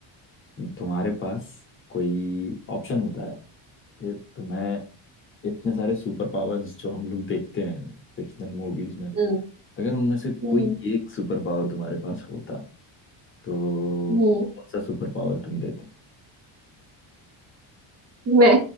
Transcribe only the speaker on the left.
तुम्हारे पास कोई ऑप्शन होता है कि तुम्हें इतने सारे सुपर पावर्स जो हम लोग देखते हैं फिक्शनल मूवीज में
अगर उनमें से
कोई एक सुपर पावर तुम्हारे पास होता तो
कौन सा सुपर पावर तुम लेते